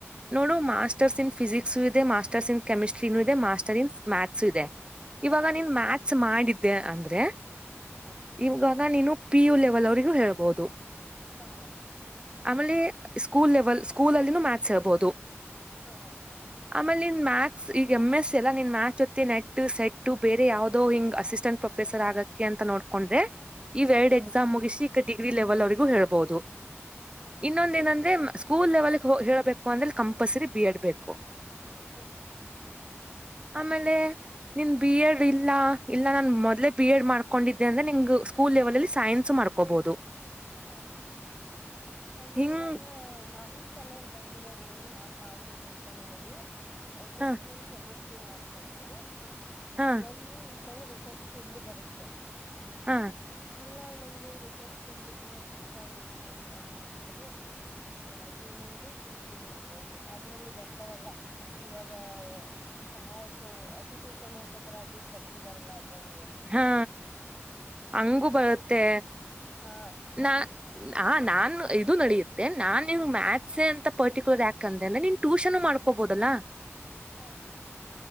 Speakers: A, on the right (about 20°); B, on the left (about 25°).
A: ನೋಡು ಮಾಸ್ಟರ್ಸ್ ಇನ್ ಫಿಜಿಕ್ಸು ಇದೆ ಮಾಸ್ಟರ್ಸ್ ಇನ್ ಕೆಮಿಸ್ಟ್ರಿನೂ ಇದೆ ಮಾಸ್ಟರ್ ಇನ್ ಮ್ಯಾಥ್ಸ್ ಇದೆ
B: ಹಾ
A: ಇವಾಗ ನೀನ್ ಮ್ಯಾಥಸ್ ಮಾಡಿದ್ದೆ ಅಂದ್ರೆ
B: ಹಾ
A: ಇವಾಗ ನೀನು ಪಿ ಯು ಲೆವೆಲ್ ಅವರಿಗೂ ಹೇಳ್ಬಹುದು
B: ಹಾ
A: ಆಮೇಲೆ ಸ್ಕೂಲ್ ಲೆವೆಲ್ ಸ್ಕೂಲ್ ಅಲ್ಲಿನೂ ಮ್ಯಾಥಸ್ ಹೇಳ್ಬಹುದು
B: ಹಾ
A: ಆಮೇಲೆ ನಿನ್ ಮ್ಯಾಥಸ್ ಈಗ ಎಮ್ ಎಸ್ ಅಲ್ಲ ನಿನ್ ಮ್ಯಾಥಸ್ ಜೊತೆ ನೆಟ್ ಸೆಟ್ ಬೇರೆ ಯಾವುದೋ ಹಿಂಗ್ ಅಸಿಸ್ಟೆಂಟ್ ಪ್ರೊಫೆಸರ್ ಆಗಕ್ಕೆ ಅಂತ ನೋಡ್ಕೊಂಡ್ರೆ ಇವು
B: ಹಾ
A: ಎರಡು ಎಕ್ಸಾಮ್ ಮುಗಿಸಿ ಈ ಡಿಗ್ರಿ ಲೆವೆಲ್ ಅವ್ರಗೂ ಹೇಳ್ಬಹುದು
B: ಹಾ
A: ಇನ್ನೊಂದ ಏನಂದ್ರೆ ಸ್ಕೂಲ್ ಲೆವೆಲ್ಗೆ ಹ ಹೇಳಬೇಕು ಅಂದ್ರೆ ಕಂಪಲ್ಸರಿ ಬಿ ಎಡ್ ಬೇಕು
B: ಓ
A: ಆಮೇಲೆ ನಿ ಬಿ ಎಡ್ ಇಲ್ಲ ಇಲ್ಲ ನಾನು ಮೊದ್ಲೇ ಬಿ ಎಡ್ ಮಾಡ್ಕೊಂಡಿದ್ದೆ ಅಂದ್ರೆ ನಿಮ್ಗೆ ಸ್ಕೂಲ್ ಲೆವೆಲಲ್ಲಿ ಸೈನ್ಸ್ ಮಾಡ್ಕೋಬಹದು
B: ಹಾ ಅಂದ್ರೆ
A: ಹಿಂಗ್
B: ಇವಾಗ ನನ್ ತಲೆಯಲ್ಲಿ ಬಂದಿರೋದೇನು ನಾನ್ ಮಾಡ್ಬೇಕು ಅನ್ಕೊಂಡಿರೋದು ಎಮ್ ಎಸ್
A: ಹ
B: ಸಿ ಕೆಮಿಸ್ಟ್ರಿ ಮಾಡ್ಕೊಂಡು
A: ಹಾ
B: ಒಂದು ಈ ಕಡೆ ರಿಸರ್ಚ್ ಫೀಲ್ಡ್ ಬರುತ್ತೆ
A: ಹಾ
B: ಇಲ್ಲ ನಂಗೆ ರಿಸರ್ಚ್ ಫೀಲ್ಡ್ಗೆ ಹೋಗಕ್ ಇಷ್ಟ ಇಲ್ಲ ಅಂತ ಅನ್ನೋದಾದ್ರೆ ಇದು ಯಾವವು್ದ ಇನ್ನೊಂದು ಟೀಚಿಂಗ್ ಮಾಡ್ಬೋದು ಅದ್ರಲ್ಲಿ ಬರ್ತಾವಲ್ಲ ಇವಾಗ ಸಹಾಯಕವು ಅತಿಥಿ ಉಪನ್ಯಾಸಕರಾಗಿ ಕರತಿದಾರಲ್ಲ ಅದರಲ್ಲಿ
A: ಹಾ ಹಂಗು ಬರುತ್ತೆ
B: ಹಾ
A: ನಾ ಹ ನಾನ ಇದು ನಡೆಯುತ್ತೆ ನಾನ್ ನೀವು ಮ್ಯಾತ್ಸ ಅಂತ ಪರ್ಟಿಕ್ಯುಲರ್ ಯಾಕ ಅಂದ್ರೆ ನಿನ್ ಟ್ಯೂಷನ್ ಮಾಡ್ಕೋಬೋುದಲ್ಲಾ
B: ಹಾ ಹಾ ಹಾ